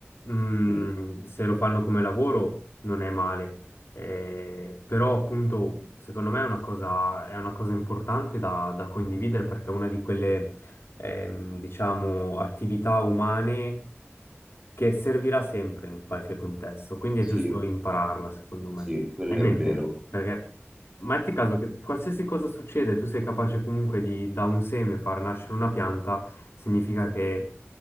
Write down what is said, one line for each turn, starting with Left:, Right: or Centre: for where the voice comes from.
Left: mm,
Right: mm,
Left: se lo fanno come lavoro non è male. Eh, però appunto, secondo me è una cosa, è una cosa importante da, da condividere perché è una di quelle, ehm, diciamo, attività umane che servirà sempre in qualche contesto, quindi
Right: sì,
Left: è giusto impararla, secondo me.
Right: sì, quello
Left: Hai in
Right: è
Left: mente,
Right: vero,
Left: perché metti caso che qualsiasi cosa succede, tu sei capace comunque di da un seme far nascere una pianta, significa che